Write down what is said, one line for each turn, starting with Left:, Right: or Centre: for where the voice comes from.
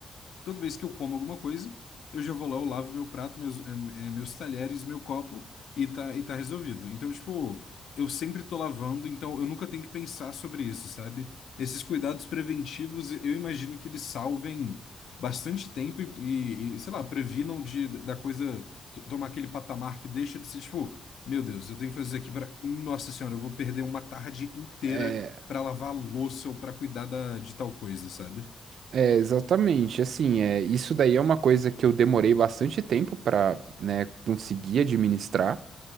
Left: Toda vez que eu como alguma coisa, eu já vou lá, eu lavo meu prato, meus, eh, eh, meus talheres, meu copo e tá, e tá resolvido. Então, tipo, eu sempre tô lavando, então eu nunca tenho que pensar sobre isso, sabe? Esses cuidados preventivos, eu imagino que eles salvem bastante tempo e, e- e, sei lá, previnam de, da coisa t- tomar aquele patamar que deixa de ser, tipo, meu Deus, eu tenho que fazer isso aqui para. Nossa Senhora, eu vou perder uma tarde inteira
Right: é,
Left: para lavar a louça ou para cuidar da, de tal coisa, sabe?
Right: é exatamente, assim, é, isso daí é uma coisa que eu demorei bastante tempo pra, né, conseguir administrar.